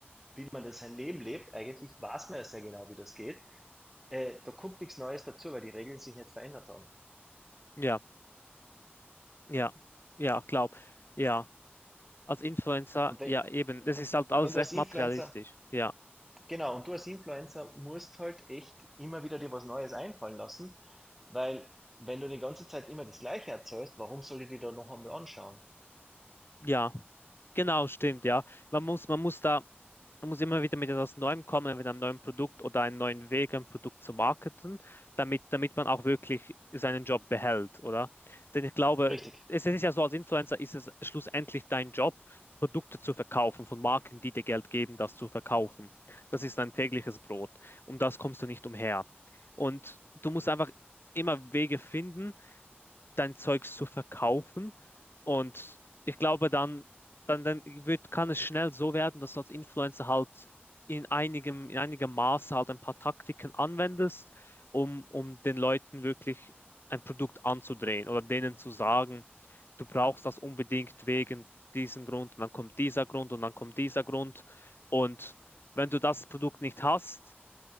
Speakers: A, in the centre; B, on the left.
A: wie man das sein Leben lebt, eigentlich weiß man ja sehr genau, wie das geht. Äh, da kommt nichts Neues dazu, weil die Regeln sich nicht verändert haben.
B: ja, ja, ja, ich glaube, ja. Als Influencer,
A: Und wenn,
B: ja, eben, das
A: und
B: ist halt
A: wenn
B: alles
A: du als
B: recht
A: Influencer,
B: materialistisch. Ja,
A: genau, und du als Influencer musst halt echt immer wieder dir was Neues einfallen lassen, weil wenn du die ganze Zeit immer das Gleiche erzählst, warum soll ich dir da noch einmal anschauen?
B: ja, genau, stimmt, ja. Man muss, man muss da, Man muss immer wieder mit etwas Neuem kommen, mit einem neuen Produkt oder einem neuen Weg, ein Produkt zu marketen, damit, damit man auch wirklich seinen Job behält, oder? Denn ich glaube,
A: Richtig.
B: es ist ja so, als Influencer ist es schlussendlich dein Job, Produkte zu verkaufen von Marken, die dir Geld geben, das zu verkaufen. Das ist dein tägliches Brot. Um das kommst du nicht umher. Und du musst einfach immer Wege finden, dein Zeugs zu verkaufen. Und ich glaube, dann, dann, dann wird, kann es schnell so werden, dass du als Influencer halt in einigem, in einigem Maße halt ein paar Taktiken anwendest, um, um den Leuten wirklich ein Produkt anzudrehen oder denen zu sagen, du brauchst das unbedingt wegen diesem Grund und dann kommt dieser Grund und dann kommt dieser Grund. Und wenn du das Produkt nicht hast,